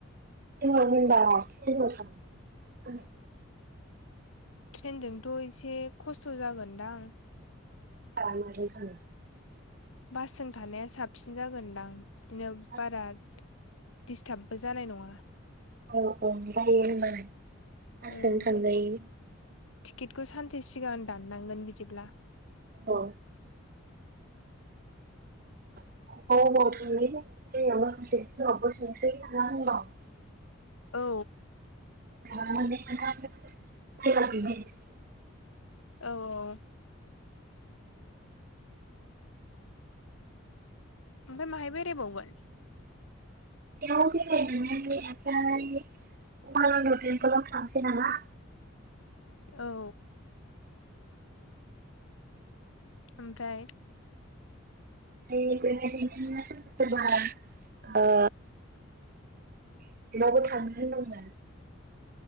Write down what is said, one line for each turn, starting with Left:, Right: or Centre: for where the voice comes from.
Right: ज होनबा थां <inaudible>
Left: ट्रेनजोंथ एसे खस्थ जागोनदां।
Right: <inaudible>
Left: बासजों थानाया साबसिन जागोनदां बिदिनो
Right: बास
Left: बारा। दिस्टाबो जानाय नङा।
Right: औ औ जायो होनबालाय बासजों
Left: औ
Right: थांजायो।
Left: टिकेटखौ सानसे सिगां दाननांगोन बिदिब्ला।
Right: औ। <inaudible>
Left: औ
Right: <unintelligible>
Left: औ औ औ। ओमफाय माहाय बेरायबावगोन।
Right: बेयाव बेरायहैनानै <unintelligible> उमानन्द तेमपोलाव थांसै नामा?
Left: औ ओमफ्राय।
Right: नै बे <unintelligible> बारा ओ एकलेनदआवबो थांनो होनदोंंमोन।